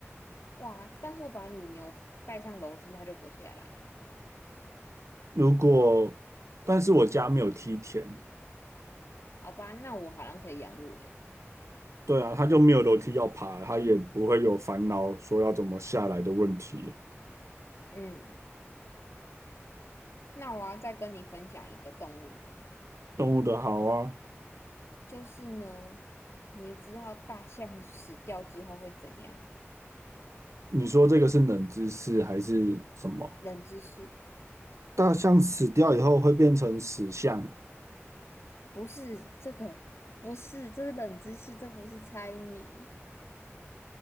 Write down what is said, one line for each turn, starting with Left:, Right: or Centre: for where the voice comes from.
Left: 哇！但是我把乳牛带上楼梯，它就不下来了。
Right: 如果，但是我家没有梯田，
Left: 好吧，那我好像可以养乳牛。
Right: 对啊，它就没有楼梯要爬，它也不会有烦恼说要怎么下来的问题。
Left: 嗯，那我要再跟你分享一个动物的，
Right: 动物的好啊，
Left: 就是呢，你知道大象死掉之后会怎样吗？
Right: 你说这个是冷知识还是什么？
Left: 冷知识，
Right: 大象死掉以后会变成死象，
Left: 不是这个，不是，这是冷知识，这不是猜谜。